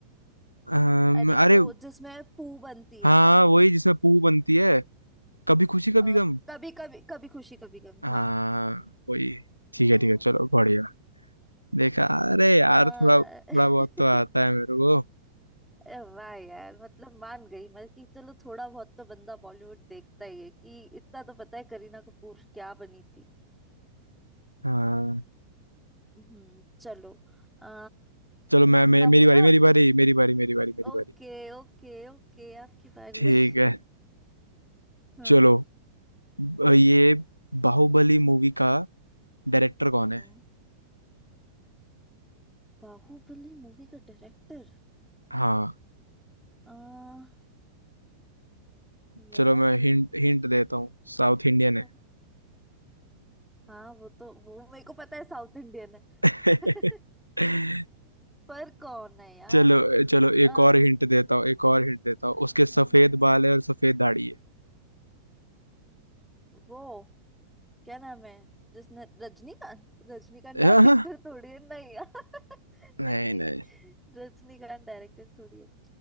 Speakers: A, on the left; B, in the centre.
A: अम,
B: अरे
A: अरे
B: वो जिसमें पू बनती
A: हाँ
B: है
A: वही जिसमें पू बनती है कभी खुशी कभी
B: अ,
A: गम
B: कभी कभी कभी खुशी कभी गम
A: हाँ
B: हाँ
A: वही ठीक
B: हम्म
A: है ठीक है चलो बढ़िया देखा अरे यार
B: अ,
A: थोड़ा थोड़ा
B: <laughs>
A: बहुत तो आता है मेरे को
B: अरे वाह यार मतलब मान गई मैं कि चलो थोड़ा बहुत तो बंदा बॉलीवुड देखता ही है कि इतना तो पता है करीना कपूर क्या बनी थी
A: हाँ
B: हम्म चलो आ,
A: चलो मैं, मैं
B: कहो
A: मेरी बारी
B: ना
A: मेरी बारी मेरी बारी मेरी बारी मेरी
B: ओके
A: बारी
B: ओके ओके आपकी बारी
A: ठीक है
B: हाँ
A: चलो अ, ये बाहुबली मूवी का डायरेक्टर कौन
B: हम्म
A: है
B: बाहुबली मूवी का डायरेक्टर
A: हाँ
B: आ यार
A: चलो मैं हिंट हिंट देता हूँ साउथ इंडियन है
B: हम्म, हाँ वो तो वो मेरे को पता है साउथ इंडियन है
A: <laughs>
B: <laughs> पर कौन है यार
A: चलो चलो एक
B: आ,
A: और हिंट देता हूँ एक और हिंट देता हूँ
B: हम्म
A: उसके सफेद
B: हम्म हम्म,
A: बाल है और सफेद दाढ़ी है
B: वो क्या नाम है जिसने रजनीकांत रजनीकांत
A: आह,
B: डायरेक्टर थोड़ी है नहीं यार <laughs>
A: नहीं
B: नहीं नहीं
A: नहीं
B: नहीं रजनीकांत डायरेक्टर थोड़ी है